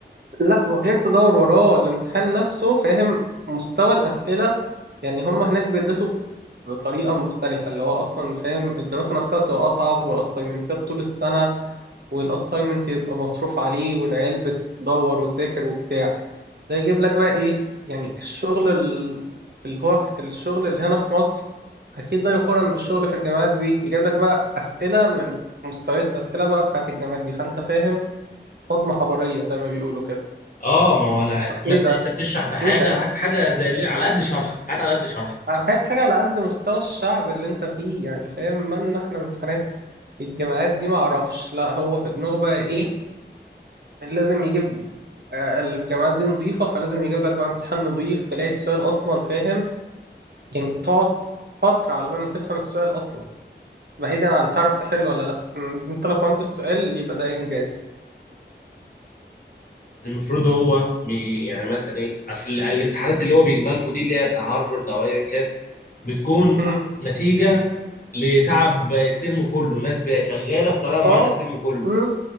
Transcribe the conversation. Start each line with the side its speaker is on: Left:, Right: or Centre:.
Right: لا وغير تدور وراه الامتحان نفسه فاهم مستوى الأسئلة يعني هم هناك بيدرسوا بطريقة مختلفة اللي هو أصلا فاهم الدراسة نفسها بتبقى أصعب والأسايمنتات طول السنة والأسايمنت يبقى مصروف عليه والعيال بتدور وتذاكر وبتاع ده يجيب لك بقى إيه يعني الشغل ال- اللي هو الشغل اللي هنا في مصر أكيد لا يقارن بالشغل في الجامعات دي يجيب لك بقى أسئلة من مستويات الأسئلة بقى بتاعت الجامعات دي فأنت فاهم صدمة حضارية زي ما بيقولوا كده
Left: اه ما هو لا لما
Right: إيه
Left: انت
Right: ده
Left: انت بتشرح بحاجه
Right: ايه ده
Left: هات حاجه زي اللي على قد شرحك هات على قد شرحك
Right: حاجات حاجة على قد مستوى الشعب اللي انت فيه يعني فاهم مالنا احنا من امتحانات الجامعات دي معرفش لا هو في دماغه بقى ايه لازم يجيب آه، الجامعات دي نظيفة فلازم يجيب لك بقى امتحان نظيف تلاقي السؤال أصلا فاهم يعني تقعد فترة على بال ما تفهم السؤال أصلا بعيدا عن تعرف تحله ولا لأ م، انت لو فهمت السؤال يبقى ده إنجاز
Left: المفروض هو بي يعني مثلا ايه اصل الامتحانات اللي هو بيجيبها لكم دي اللي هي بتاع هارفرد او ايا كان بتكون
Right: م،
Left: ع- نتيجه لتعب الترم كله ناس بي- شغاله بطريقه معينه
Right: اه
Left: الترم كله
Right: م،